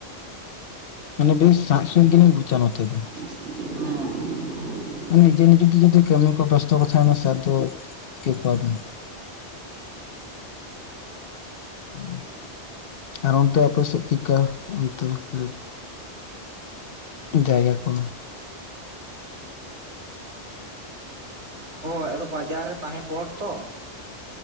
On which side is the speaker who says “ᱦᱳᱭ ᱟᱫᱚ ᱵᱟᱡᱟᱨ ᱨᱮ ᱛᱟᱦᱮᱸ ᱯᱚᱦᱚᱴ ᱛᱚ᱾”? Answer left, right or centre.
Right